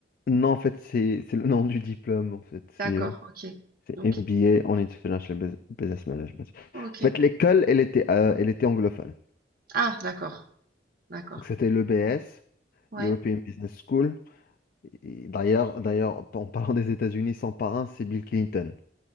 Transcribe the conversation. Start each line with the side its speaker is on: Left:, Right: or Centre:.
Left: non, en fait, c'est c'est le nom du diplôme, en fait. C'est
Right: d'accord,
Left: euh,
Right: OK,
Left: c'est
Right: OK,
Left: MBA en International Bus- Business Management.
Right: OK.
Left: En fait, l'école, elle était, euh, elle était anglophone.
Right: Ah d'accord, d'accord.
Left: Donc, c'était le l'EBS,
Right: Ouais.
Left: European Business School. Et D'ailleurs, d'ailleurs, en parlant des États-Unis, son parrain, c'est Bill Clinton.